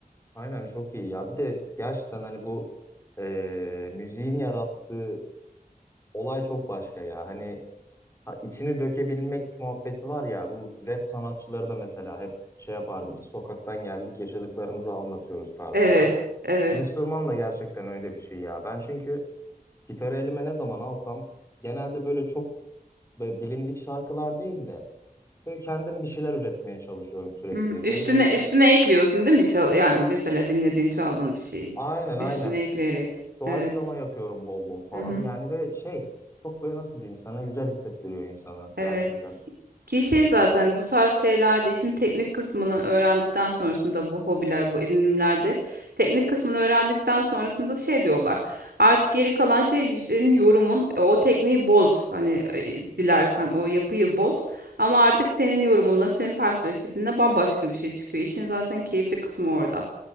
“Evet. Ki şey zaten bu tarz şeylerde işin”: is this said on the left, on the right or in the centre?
Right